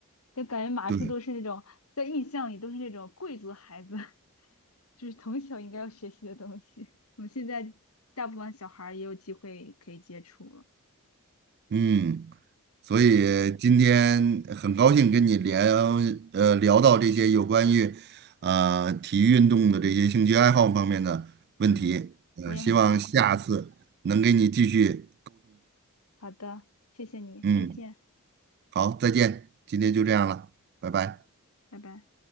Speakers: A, on the left (about 70°); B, on the right (about 45°).
A: 就感觉马术都是那种在印象里都是那种贵族孩子，
B: 对，
A: <laughs> 就是从小应该要学习的东西。我们现在大部分小孩儿也有机会可以接触了，
B: 嗯，所以今天很高兴跟你聊，
A: 对
B: 呃，聊到这些有关于，呃，体育运动的这些兴趣爱好方面的问题。
A: 对，
B: 呃，
A: 我也很开心。
B: 希望下次能给你继续。
A: 好的，谢谢你，
B: 嗯，
A: 再见，
B: 好，再见，今天就这样了，拜拜。
A: 拜拜。